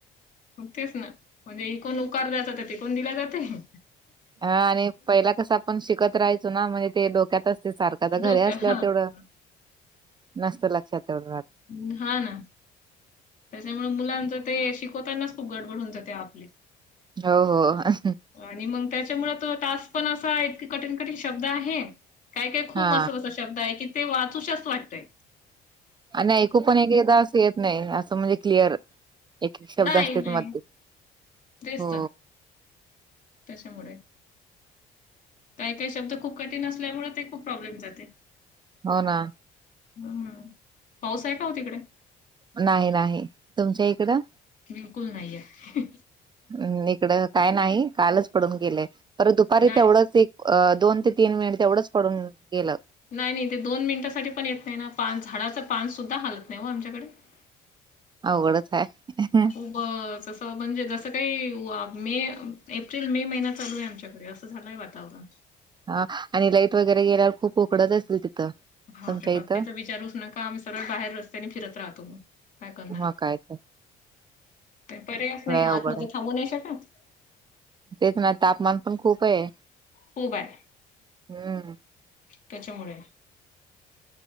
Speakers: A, on the left; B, on the right.
A: मग तेच ना. म्हणजे इकुण उकार द्यायचा. तो तिकुण दिला जातोयं.
B: हा आणि पहिला कस आपण शिकत राहायचो ना म्हणजे ते डोक्यातच -- सारखा तर घर
A: डोक्या
B: असल्यावर
A: हां,
B: तेवढं
A: हां.
B: नस्त लक्षात तेवढं राह.
A: ह् हा ना. त्याच्यामुळे मुलांच ते शिकवतानाच खूप गडबड होन जात आपली
B: हो हो.
A: आणि मग त्याच्यामु तो तास पण असा इतक कठीण कठीण शब्द आहे. काय काय खूप
B: हा
A: असं असं शब्द आहे की ते वाचू शस्त वाटतय.
B: आणि ऐकू पण एक एकदा असं येत नाही असं म्हणजे क्लिअर एक एक शब्द
A: नाही
B: असते
A: नाही
B: त मध्ये
A: तेच
B: हो.
A: तर त्याच्यामुळे काही काही शब्द खूप कठीण असल्यामुळे ते खूप प्रॉब्लेम जाते.
B: हो ना.
A: हम्म पाऊस आहे का हो तिकडे
B: नाही नाही तुमच्या इकडं.
A: बिलकुल नाही आहे.
B: हम् इकड काय नाही कालच पडून गेलंय परत दुपारी
A: नाही
B: तेवढंच एक अ दोन ते तीन मिनिट एवढंच पडून गेलं.
A: नाही नाही ते दोन मिनिटांसाठी पण येत नाही ना पान झाडाच पानसद्धा हालत नाही व आमच्याकडे <unintelligible>
B: अवघडंच आहे.
A: खूप तसं म्हणजे जसं काही मे, एप्रिल, मे महिना चालू आहे आमच्याकडे असं झालं आहे वा. तावला.
B: ह आणि लाईट वगैरे गेल्यावर खूप उकडत असेल तिथं.
A: ह
B: तुमच्या
A: ते बा
B: इथं
A: ते तर विचारूच नका आम्ही सगळ बाहेर रस्तने फिरत राहतो मग काय करणार.
B: मगं काय तरं.
A: पर्यायच नाही आतमध्ये
B: अवघड आहे.
A: थांबू नाही शकत.
B: तेच ना तापमान पण खूप आहे.
A: खूप आहे
B: हम्म.
A: त्याच्यामुळे